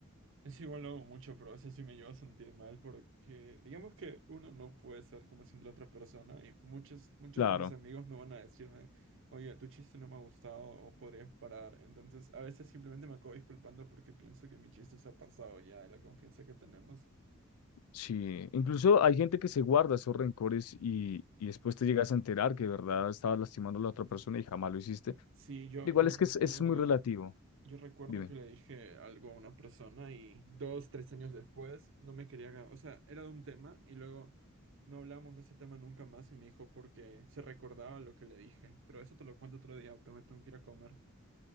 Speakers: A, on the right; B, on the left.
A: Es igual lo hago mucho, pero a veces sí me llevo a sentir mal porque digamos que uno no puede ser como siendo la otra persona y muchos, muchos
B: claro.
A: de mis amigos no van a decirme, oye, tu chiste no me ha gustado o podrías parar. Entonces a veces simplemente me acabo disculpando porque pienso que mi chiste se ha pasado ya de la confianza que tenemos.
B: Sí, incluso hay gente que se guarda esos rencores y, y después te llegas a enterar que de verdad estabas lastimando a la otra persona y jamás lo hiciste.
A: Sí, yo,
B: Igual
A: yo
B: es
A: recuerdo,
B: que es, es muy relativo.
A: yo recuerdo
B: Dime.
A: que le dije algo a una persona y dos, tres años después no me quería, ga- o sea, era de un tema y luego no hablamos de ese tema nunca más y me dijo porque se recordaba lo que le dije. Pero eso te lo cuento otro día, prometo que ir a comer.